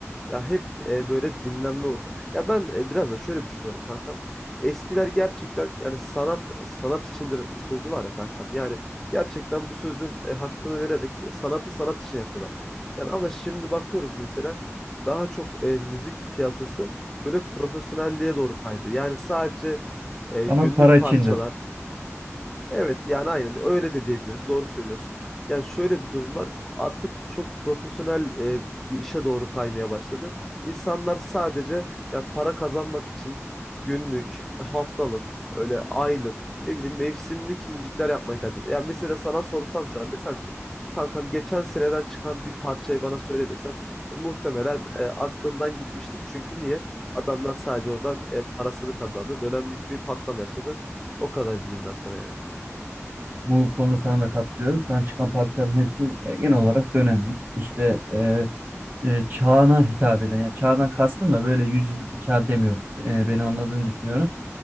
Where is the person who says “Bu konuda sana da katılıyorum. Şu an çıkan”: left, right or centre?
Right